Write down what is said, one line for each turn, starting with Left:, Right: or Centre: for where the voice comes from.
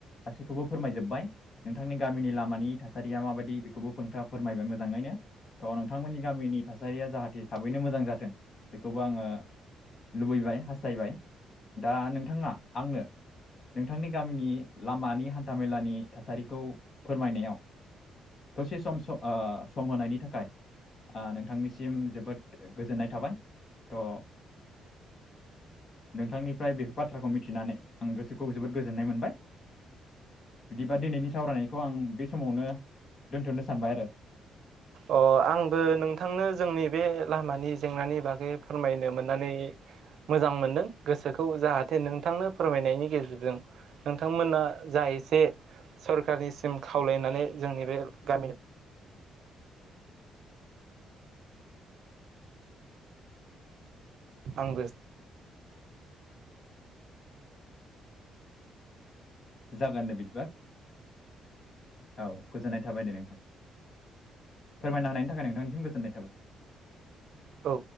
Left: गासैखौबो फोरमायजोबबाय नोंथांनि गामिनि लामानि थासारिया माबायदि बेखौबो नोंथाङा फोरमायबाय मोजाङैनो थ नोंथांमोननि गामिनि थासारिया जाहाथे थाबैनो मोजां जाथों बेखौबो आङो लुबैबाय हास हास्थायबाय दा नोंथाङा आंनो नोंथांनि गामिनि लामानि हान्थामेलानि थासारिखौ फोरमायनायाव दसे सम ओ सम होनायनि थाखाय ओ नोंथांनिसिम जोबोद गोजोननाय थाबाय। थ' नोंथांनिफ्राय बे बाथ्राखौ मिथिनानै आं गोसोखौ जोबोद गोजोननाय मोनबाय। बिदिबा दिनैनि सावरायनायखौ आं बे समावनो दोनथनो सानबाय आरो।
Right: अ आंबो नोंथांनो जोंनि बे लामानि जेंनानि बागै फोरमायनो मोननानै मोजां मोनदों गोसोखौ जाहाथे नोंथांनो फोरमायनायनि गेजेरजों नोंथांमोना जा एसे सरखारनिसिम खावलायनानै जोंनि बे गामिनि आंबो
Left: जागोन दे बिदिबा औ गोजोननाय थाबाय दे नोंथां फोरमायनो हानायनि थाखाय नोंथांनिसिम गोज गोजोननाय थाबाय।
Right: औ।